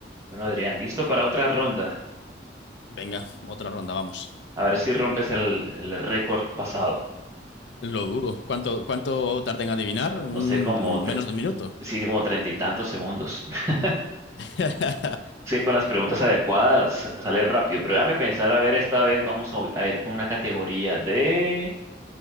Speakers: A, on the right (about 15°); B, on the left (about 70°).
A: Bueno, Adrián, listo para otra ronda.
B: Venga, otra ronda, vamos.
A: A ver si rompes el, el récord pasado.
B: Lo dudo. ¿Cuánto, cuánto tarda en adivinar? Un,
A: No sé, como,
B: un-
A: tre-
B: menos de un minuto.
A: sí, como treinta y tantos segundos. <laughs>
B: <laughs>
A: Sí, con las preguntas adecuadas sale rápido, pero déjame pensar, a ver, esta vez vamos a, a ir con una categoría de